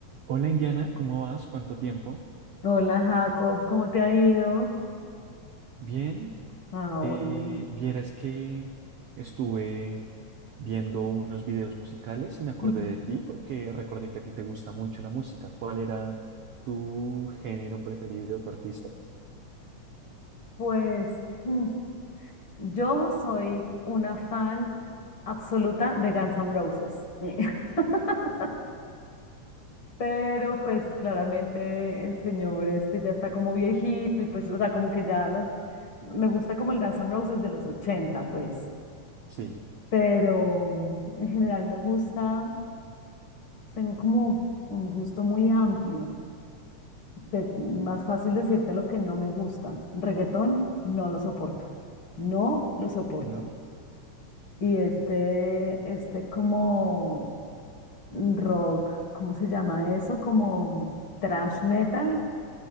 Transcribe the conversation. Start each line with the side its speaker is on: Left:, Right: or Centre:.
Right: Hola Indiana, ¿cómo vas? ¿Cuánto tiempo?
Left: Hola Jacob, ¿cómo te ha ido?
Right: Bien,
Left: Ah,
Right: eh,
Left: bueno.
Right: vieras que estuve viendo unos videos musicales y me acordé
Left: Ujú.
Right: de ti porque recordé que a ti te gusta mucho la música. ¿Cuál era tu género preferido, tu artista?
Left: Pues mm, yo soy una fan absoluta de Guns N' Roses. Eh, <laughs> Pero pues claramente el señor este ya está como viejito y pues, o sea, como que ya las... Me gusta como el Guns N' Roses de los 80 pues.
Right: Sí,
Left: Pero mm, en general me gusta, tengo como un gusto muy amplio. te- más fácil decirte lo que no me gusta. Reggaetón, no lo soporto. No lo soporto.
Right: ¿no?
Left: Y este, este como rock, ¿cómo se llama eso? Como thrash metal,